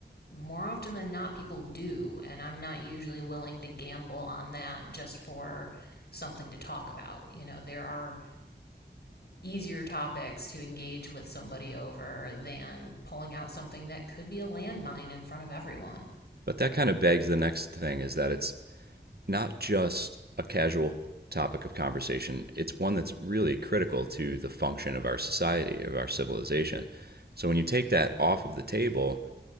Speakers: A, on the left (about 60°); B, on the right (about 60°).
A: more often than not, people do. And I'm not usually willing to gamble on that just for something to talk about. You know, there are easier topics to engage with somebody over than pulling out something that could be a landmine in front of everyone.
B: But that kind of begs the next thing is that it's not just a casual topic of conversation. It's one that's really critical to the function of our society, of our civilization. So when you take that off of the table,